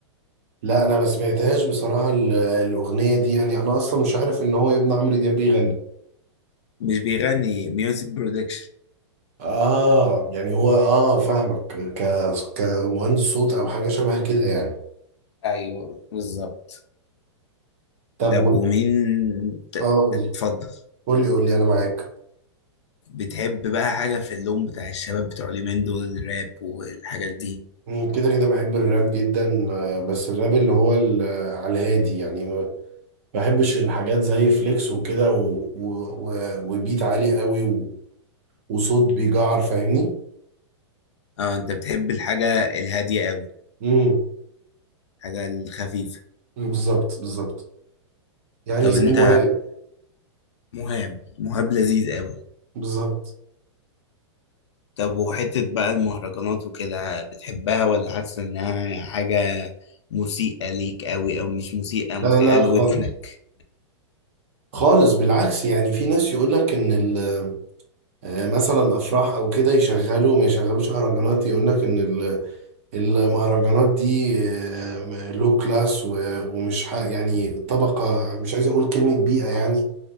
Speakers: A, on the right; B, on the left.
A: لا انا ما سمعتهاش بصراحة ال- الأغنية دي يعني انا اصلا مش عارف ان هو ابن عمرو دياب بيغني
B: مش بيغني ميوزك برودكشن
A: اه يعني هو اه فاهمك ك كمهندس صوت او حاجة شبه كده يعني
B: ايوه بالظبط
A: طب
B: طب ومين ت-
A: اه قول
B: اتفضل
A: لي قول لي قول لي انا معاك
B: بتحب بقى حاجة في اللون بتاع الشباب بتوع اليومين دول الراب والحاجات دي
A: مم، كده كده بحب الراب جدا آه، بس الراب اللي هو ال- آه، على الهادي يعني ما بحبش الحاجات زي فليكس وكده و... و... و... وبيت عالي قوي و... وصوت بيجعر فاهمني
B: اه انت بتحب الحاجة الهادية قوي
A: امم
B: الحاجة الخفيفة
A: بالظبط بالظبط يعني
B: طب
A: زي
B: انت
A: مهاب
B: مهاب مهاب لذيذ قوي
A: بالظبط
B: طب وحتة بقى المهرجانات وكده بتحبها ولا حاسة إنها حاجة مسيئة ليك أوي أو مش مسيئة مسيئة
A: لا لا
B: لودنك
A: خالص خالص بالعكس يعني في ناس يقول لك ان ال... آه، مثلا افراح او كده يشغلوا ما يشغلوش اهرجانات يقول لك ان المهرجانات دي لو كلاس ومش ح- يعني طبقة مش عايز اقول كلمة بيئة يعني